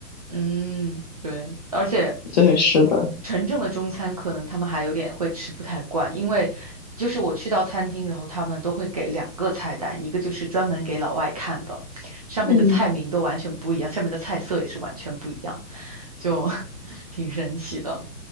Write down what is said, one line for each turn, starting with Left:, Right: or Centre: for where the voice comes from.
Right: 嗯，对，而且
Left: 对，是的，
Right: 纯正的中餐可能他们还有点会吃不太惯，因为就是我去到餐厅，然后他们都会给两个菜单，一个就是专门给老外看的，上面的菜名都完全不一样，
Left: 嗯。
Right: 上面的菜色也是完全不一样，就 <laughs> 挺神奇的。